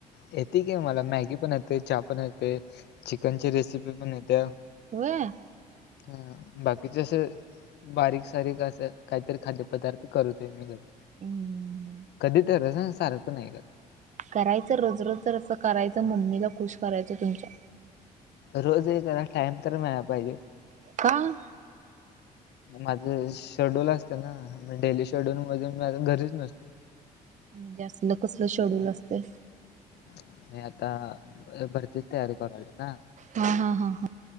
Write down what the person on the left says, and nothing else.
येतय की मला मॅगी पण येतय, चहा पण येतोय, चिकनची रेसिपी पण येतेय.
हा बाकीच अस बारीक सारीक असं काहीतरी खाद्यपदार्थ करतोय मी घरी.
कधी तरच हा सारखं नाही करत.
रोज हे कराया टाइम तर मिळाला पाहिजे.
<inaudible> माझं शेड्यूल असते ना, मग डेली शेड्यूल मधुन माझ घरीच नसतो.
नाही आणि आता भरतीची तयारी करू रायलो ना.